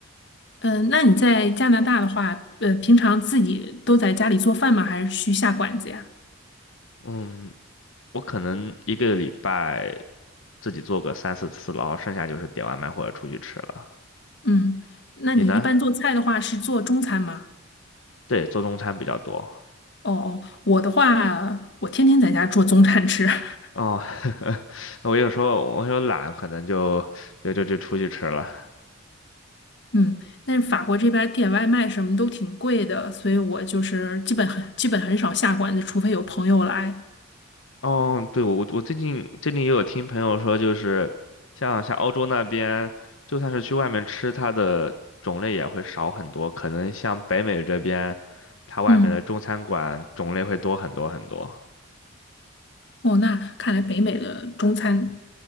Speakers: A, on the left; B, on the left.
A: 嗯，呃那你在加拿大的话，呃，平常自己都在家里做饭吗？还是去下馆子呀？
B: 嗯，我可能一个礼拜自己做个三四次，然后剩下就是点外卖或者出去吃了。
A: 嗯，那你一般做菜的话是做中餐吗？
B: 你呢？对，做中餐比较多。
A: 哦哦，我的话，我天天在家做中餐吃。<laughs>
B: 哦，<laughs> 我有时候我有懒，可能就就就就出去吃了。
A: 嗯，但是法国这边儿点外卖什么都挺贵的，所以我就是基本很基本很少下馆子，除非有朋友来。
B: 哦，对，我我我最近最近也有听朋友说，就是像像欧洲那边，就算是去外面吃，它的种类也会少很多。可能像北美这边，它外面的中餐馆种类会多很多很多。
A: 嗯，哦，那看来北美的中餐